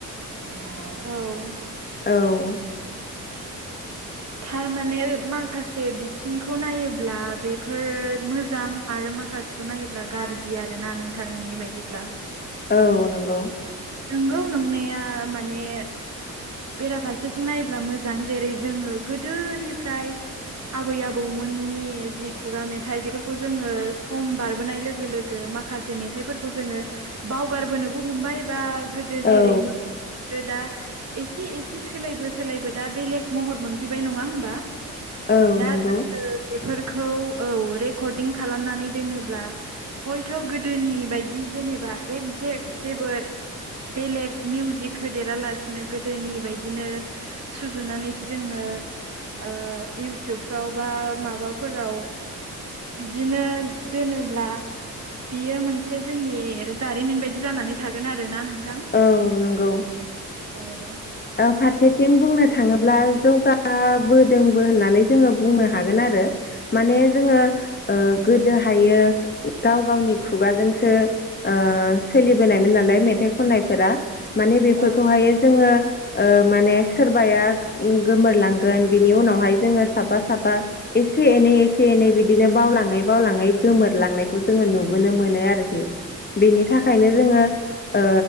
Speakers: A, on the right; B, on the left.
A: औ।
B: औ।
A: थारमाने माखासे बिथिंखौ नायोब्ला बेफोर मोजां आरो मा माखासेखौ नायोब्ला गाज्रि आरोना नोंथां नोंनि बायदिब्ला।
B: औ नंगौ।
A: नंगौ नंनाया माने। बेराफारसेथिं नायोब्ला मोजां जेरै जोङो गोदोनिफ्राय आबै आबौमोन नि जि खुगा मेथाइ बेफोरखौ जोङो सम बारबोनाय लोगो लोगो माखासे मेथाइफोरखौ जोङो बावगारबोनोबो हमबाय बा गोदो
B: औ
A: जेरै दा एसे एसे सोलायबो सोलायबो दा बेलेग महर मोनफैबाय नङा होमबा।
B: औ
A: दा
B: नंगौ
A: जोङो। फोरखौ औ रेकर्डं खालामनानै दोनोब्ला हयथ' गोदोनि बायदि जे जेनेबा एकजेक् जेबो बेलेग मिउजिक होदेरालासिनो गोदोनि गोदोनि बायदिनो सुजुनानै जोंङो ओ इउटुबफ्राव बा माबाफोराव। बिदिनो दोनोब्ला! बियो मोनसे जोंनि जारिमिन बायदि जानानै थागोन आरो ना नों! नोंथां
B: औ नंगौ
A: औ।
B: फारसेथिं बुंनो थांङोब्ला जौगाबोदोंबो होननानै जोंङो बुंनो हागोन आरो आरो माने जोंङो गोदोहायो गाव गावनि खुगाजोंसो। ओ सोलिबोनायमोन नालाय मेथाइ खननायफोरा माने बेफोरखौहाय
A: औ
B: जोंङो माने सोरबाया गोमोरलांगोन बिनि उनावहाय जोंङो साफा साफा एसे एनै एसे एनै बिदिनो बावलांङै बावलांङै गोमोरलांनायखौ जोंङो नुबोनो मोनो आरोखि बेनि थाखायनो
A: औ
B: जोंङो ओ